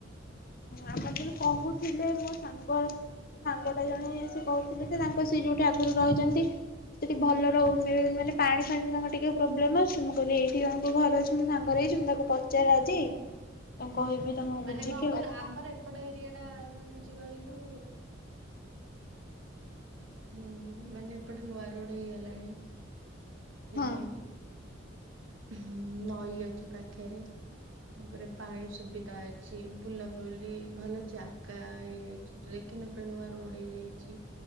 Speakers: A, on the left; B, on the right.
A: ଆମ ଜଣେ କହୁଥିଲେ ମୋ ସାଙ୍ଗର ମୋ ସାଙ୍ଗଟା ଜଣେ ସେ କହୁଥିଲେ ଯେ ତାଙ୍କ ସେ ଯୋଉଠି ଆଗରୁ ରହିଛନ୍ତି ସେଠି ଭଲ ମାନେ ପାଣି ଫାଣିରେ ତାଙ୍କ ଟିକେ ପ୍ରୋବ୍ଲେମ୍ ଅଛି ମୁଁ କହିଲି ଏଇଠି ଜଣଙ୍କ ଘର ଅଛିଁ ମୋ ସାଙ୍ଗ ହେଇଛି ମୁଁ ତାକୁ ପ ପଚାରେ ଆଜି
B: ହ।
A: ତାଙ୍କୁ କହିବି ତମକୁ
B: ମାନେ
A: ବୁଝିକି
B: କଣ କହିଲୁ
A: ଆଉ।
B: ଆମର ଏପଟ ଏରିଆଟା କଣ ହେଇଛି କହିଲୁ ହୁଁ ମାନେ ଏପଟେ ନୂଆ ରୋଡ ହେଇଗଲାଣି।
A: ହଁ
B: ଏ ହୁଁ ନଈ ଅଛି ପାଖରେ। ତାପରେ ପାଣି ସୁବିଧା ଅଛି ବୁଲାବୁଲି ଭଲ ଜାଗା ହେଇଯାଇ ତୁ ଦେଖିନୁ ଏପଟେ ନୂଆ ରୋଡ ହେଇଯାଇଛି।